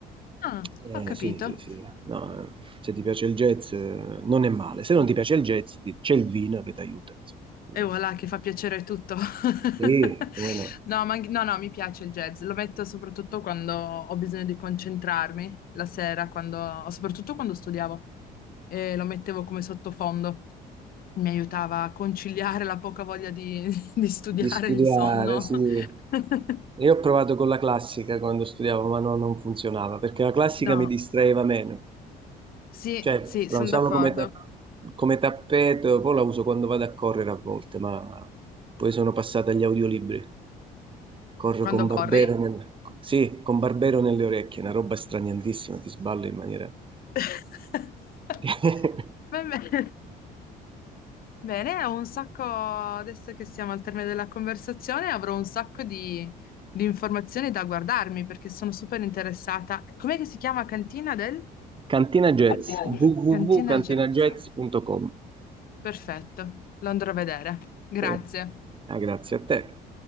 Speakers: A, on the left; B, on the right.
A: Ah,
B: Eh,
A: ho capito.
B: sì, sì, sì. No, eh, se ti piace il jazz, eh, non è male. Se non
A: Sì.
B: ti piace il jazz, ti- c'è il vino che ti aiuta. insomma. Quindi,
A: E voilà, che fa piacere tutto. <laughs>
B: sì, come no.
A: No, ma anche- no, no, mi piace il jazz. Lo metto soprattutto quando ho bisogno di concentrarmi la sera, quando- soprattutto quando studiavo. E lo mettevo come sottofondo. Mi aiutava a conciliare la poca voglia di, <laughs> di studiare,
B: Di studiare,
A: il sonno.
B: sì.
A: <laughs>
B: Io ho provato con la classica quando studiavo, ma no, non funzionava perché la classica
A: No,
B: mi distraeva meno.
A: sì,
B: Cioè,
A: sì,
B: la
A: sono
B: usavo
A: d'accordo.
B: come, ta- come tappeto, poi la uso quando vado a correre a volte, ma poi sono passata agli audiolibri. Corro
A: Quando
B: con Barbero,
A: corri?
B: nel- sì, con Barbero nelle orecchie, una roba straniantissima, ti sballo in maniera...
A: <laughs>
B: <laughs>
A: Va bene. Bene, ho un sacco, adesso che siamo al termine della conversazione, avrò un sacco di, di informazioni da guardarmi perché sono super interessata. Com'è che si chiama Cantina del?
B: Cantina Jazz,
A: Cantina Jazz.
B: www.cantinajazz.com.
A: Cantina Jazz. Perfetto, lo andrò a vedere. Grazie.
B: Eh, ah, grazie a te.